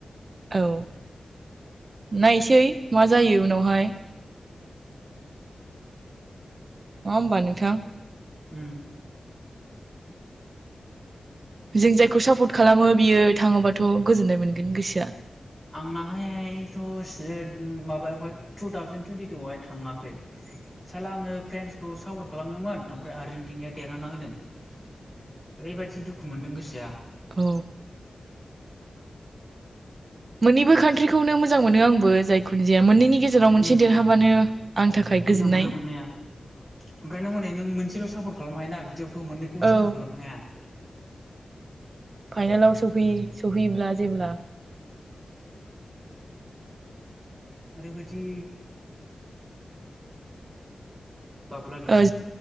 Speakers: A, on the right (about 50°); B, in the centre.
A: औ नायसै मा जायो उनावहाय। नङा होमबा नोंथां?
B: उम
A: जों जायखौ सापर्ट खालामो बियो थाङोबाथ' गोजोननाय मोनगोन गोसोआ।
B: आंनाहायथ' माबायावहाय टु थावजेन टुइन्टिटुवहाय थाङाखै। सारला आङो फ्रेन्सखौ सापर्ट खालामदोंमोन ओमफ्राय आर्जेेनटिनाया देरहाना होदों। ओरैबायदि दुखु मोनदों गोसोआ।
A: औ मोननैबो कान्ट्रिखौनो मोजां मोनो आंबो जायखोनो जाया मोननैनि गेजेराव मोनसे
B: उम
A: देरहाबानो आंनि थाखाय
B: मोजां
A: गोजोननाय।
B: मोनो मोननाया ओमफ्राय नों हनै नों मोनसेल' सापर्ट खालामनो हायो ना बिदियावथ' मोननैखौबो सापर्ट
A: औ
B: खालामनो हाया।
A: फाइनलाव सफैयो सफैयोब्ला जेब्ला
B: आरोरैबादि माब्ला जागोन
A: ओ